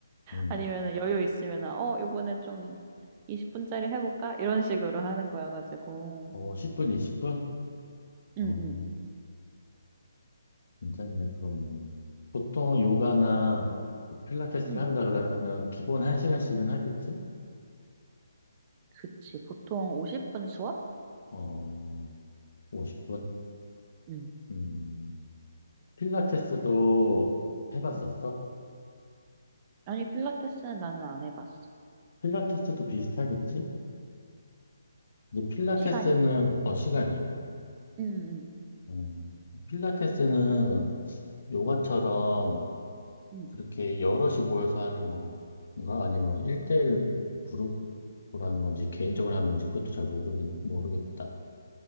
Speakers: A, on the left (about 60°); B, on the right (about 25°).
A: 음.
B: 아니면은 여유 있으면은 어, 이번엔 좀 20분짜리 해 볼까? 이런 식으로 하는 거여 가지고.
A: 어, 10분, 20분?
B: 응,
A: 어,
B: 응.
A: 괜찮네, 그런 운동. 보통 요가나 필라테스를
B: 응
A: 한다 그러면은 기본 한시간씩은 하겠지?
B: 그치. 보통 50분 수업이야.
A: 어, 50분?
B: 응,
A: 음, 필라테스도 해봤었어?
B: 응 아니, 필라테스는 나는 안 해봤어.
A: 필라테스도 비슷하겠지? 이제 필라테스는,
B: 시간이?
A: 어, 시간이.
B: 응응 응
A: 음, 필라테스는 요가처럼
B: 응,
A: 그렇게 여럿이 모여서 하는 건가? 아니면 일대일 그룹으로 하는 건지, 개인적으로 하는 건지, 그것도 잘 모르겠, 모르겠다.